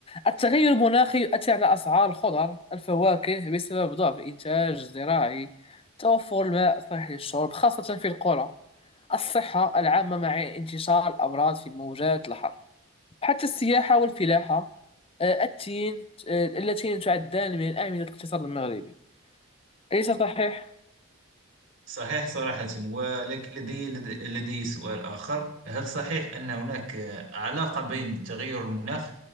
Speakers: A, on the left; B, on the right.
A: التغير المناخي يؤثر على أسعار الخضر الفواكه بسبب ضعف الإنتاج الزراعي توفر الماء صحي للشرب خاصة في القرى الصحة العامة مع انتشار الأمراض في موجات الحر حتى السياحة والفلاحة آه، التين آه، اللتين تعدان من الأعمدة الاقتصاد المغربي أليس صحيح؟
B: صحيح صراحة ولكن لدي لدي لدي سؤال آخر هل صحيح أن هناك علاقة بين تغير المناخ